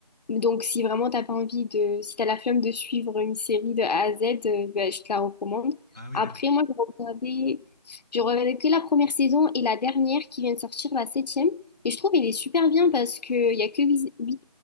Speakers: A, on the left; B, on the right.
A: Donc, si vraiment t'as pas envie de, si t'as la flemme de suivre une série de A à Z, euh, ben, je te la recommande.
B: Ah oui,
A: Après,
B: d'accord.
A: moi, j'ai regardé, j'ai regardé que la première saison et la dernière qui vient de sortir, la septième. Et je trouve qu'elle est super bien parce qu'il y a que huit huit